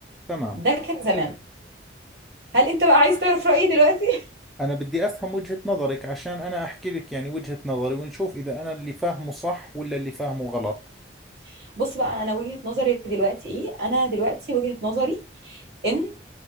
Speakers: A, in the centre; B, on the right.
A: تمام
B: ده كان زمان هل أنت بقى عايز تعرف رأيي دلوقتي؟
A: أنا بدي أفهم وجهة نظرك عشان أنا أحكي لك يعني وجهة نظري ونشوف إذا أنا اللي فاهمه صح ولا اللي فاهمه غلط
B: <laughs> بص بقى أنا وجهة نظري دلوقتي إيه؟ أنا دلوقتي وجهة نظري ان